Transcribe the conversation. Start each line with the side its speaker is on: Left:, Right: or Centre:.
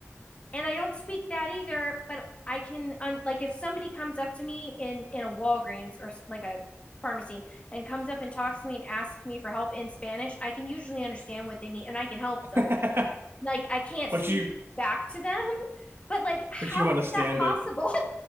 Left: and I don't speak that either, but I can un- like if somebody comes up to me in in a Walgreens or like a pharmacy and comes up and talks to me and asks me for help in Spanish, I can usually understand what they need and I can help
Right: <laughs>
Left: them. Like I can't
Right: But
Left: speak
Right: you,
Left: back to them, but like how
Right: but you understand
Left: is that possible?
Right: it.